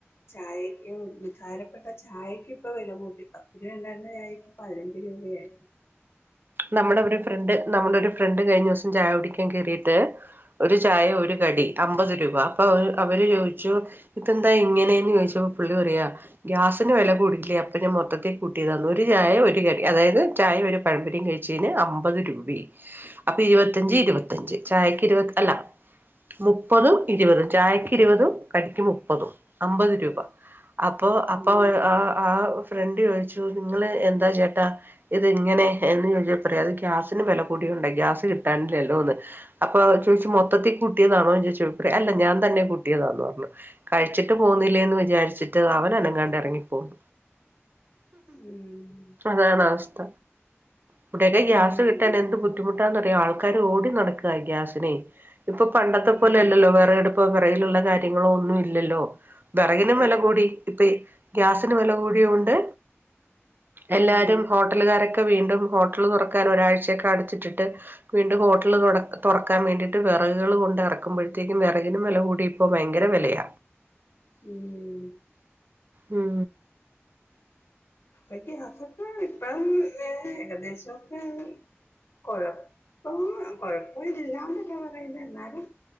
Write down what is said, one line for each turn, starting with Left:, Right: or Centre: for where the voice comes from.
Left: ചായക്കും ഉദാരപ്പെട്ട ചായക്കും ഇപ്പൊ വില കൂട്ടിത ഇവിടെ <unintelligible> ചായക്ക് പതിനഞ്ച് രൂപയാക്കി
Right: നമ്മള് ഇവിടോരു ഫ്രണ്ട് നമ്മുടെ ഒരു ഫ്രണ്ട് കഴിഞ്ഞ ദിവസം ചായ കുടിക്കാൻ കേയറിയിട്ട് ഒരു ചായ ഒരു കടി അമ്പത് രൂപ അപ്പൊ അവര് ചോദിച്ചു ഇതെന്താ ഇങ്ങനെന്ന് ചോദിച്ചപ്പോ പുള്ളി പറയാ ഗ്യാസിന് വില കൂടിട്ടില്ലേ അപ്പ ഞാ മൊത്തത്തിൽ കൂട്ടിയതാന്ന് ഒരു ചായ ഒരു കടി അതായത് ചായ ഒരു പഴമ്പോരി കഴിക്ക ച്ചെന് അമ്പത് രൂപയായി അപ്പൊ ഇരുപത്തിഞ്ച്
Left: ഉം
Right: ഇരുപത്തിഞ്ച് ചായക്ക് ഇരുപ് അല്ല മുപ്പതും ഇരുപതും ചായക്ക് ഇരുപതും കടിക്ക് മുപ്പതും അമ്പത്
Left: മുപ്പത്
Right: രൂപ അപ്പൊ അപ്പ
Left: ഉം
Right: ആഹ് ആഹ് ഫ്രണ്ട് ചോദിച്ചു നിങ്ങള് എന്താ ചേട്ടാ ഇത് ഇങ്ങനെ എന്ന് ചോദി അതെ അത്‌ ഗ്യാസിന് വില കൂടിയൊണ്ടേ ഗ്യാസ് കിട്ടാണില്ലല്ലോന്ന് അപ്പൊ ചോദിച്ചു
Left: ഉം
Right: മൊത്തത്തിൽ കൂട്ടിയതാണോ ചോദിച്ചു അല്ല ഞാൻ തന്നെ കൂട്ടിയതാന്ന് പറഞ്ഞു കഴിച്ചിട്ട് പോവുന്നില്ലേ
Left: ഉം
Right: എന്ന് വിചാരിച്ച് അവൻ അനങ്ങാണ്ട് ഇറങ്ങിപ്പോവും
Left: ഉം
Right: അതാണ് അവസ്ഥ ഇവിടൊക്കെ ഗ്യാസ്
Left: ഉം
Right: കിട്ടാൻ എന്ത് ബുദ്ധിമുട്ടാന്നറിയോ ആൾക്കാർ ഓടി നടക്കുവാ ഗ്യാസിനെ ഇപ്പൊ പണ്ടത്തെ
Left: ഉം
Right: പോലെല്ലല്ലോ വെറകടുപ്പ് വെറകിലുള്ള കാര്യങ്ങളോ ഒന്നുല്ലല്ലോ വെറകിനും
Left: അതെ
Right: വില
Left: അതെ
Right: കൂടി ഇപ്പെ ഗ്യാസിനു വില കൂടിയൊണ്ട് എല്ലാരും
Left: ഉം
Right: ഹോട്ടലുകാരൊക്കെ വീണ്ടും ഹോട്ടൽ തുറക്കാൻ ഒരാഴ്ചയൊക്കെ അടച്ചിട്ടിട്ട് വീണ്ടും ഹോട്ടിൽ തുട തുറക്കാൻ വേണ്ടിട്ട് വെറകുകൾ കൊണ്ട് ഇറക്കുമ്പോഴ്ത്തേക്കും വെറകിനും വില കൂടി ഇപ്പൊ ഭയങ്കര വെലയ
Left: ഉം
Right: ഉം
Left: ഇപ്പം ഗ്യാസൊക്കെ ഇപ്പം ഏകദേശവൊക്കെ കൊഴപ്പം കൊഴപ്പം ഇല്ലാന്നല്ല പറയുന്നെ എന്നാലും